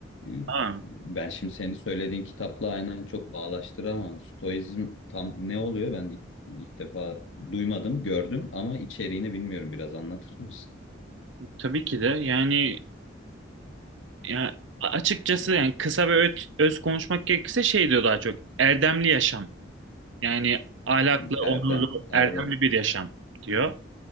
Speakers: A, on the left (about 80°); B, on the right (about 75°).
A: Ee,
B: Ha,
A: Ben şimdi senin söylediğin kitapla aynen çok bağdaştıramam. Stoizm tam ne oluyor? Ben ilk, ilk defa duymadım, gördüm ama içeriğini bilmiyorum. Biraz anlatır mısın?
B: tabii ki de yani Yani a- açıkçası yani kısa ve öz, öz konuşmak gerekirse şey diyor daha çok. Erdemli yaşam. Yani ahlaklı,
A: Hı, Erdem,
B: onurlu,
A: Erdem.
B: erdemli bir yaşam diyor.